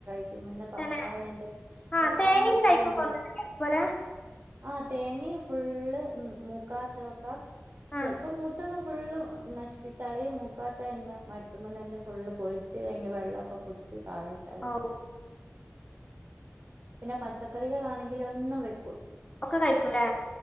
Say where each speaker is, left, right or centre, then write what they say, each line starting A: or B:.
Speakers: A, on the right (about 45°); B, on the left (about 20°).
A: ക്കും പിന്നെ കപ്പായൻ്റെ
B: തന്നെ ആ
A: പപ്പായന്റെ
B: തേങ്ങയൊക്കെ
A: തൂമ്പ്
B: കഴിക്കും തോന്നുന്നുണ്ട് പോലെ
A: ആഹ് തേങ്ങയും ഫുള്ള് ഉം മൂക്കാത്തതൊക്കെ
B: ആ
A: ചെലപ്പം മൂത്തതും ഫുള്ള് നശിപ്പിച്ചളയും മൂക്കാത്തതന്നെ മരത്തുമ്മന്നെന്നെ ഫുള്ള് പൊള്ച്ച് അയ്ന്റെ വെള്ളൊക്കെ കുടിച്ച് താഴട്ടളയും
B: ഓ
A: പിന്നെ പച്ചക്കറികളാണെങ്കിലൊന്നും വെ
B: ഒക്കെ കയ്ക്കും ലേ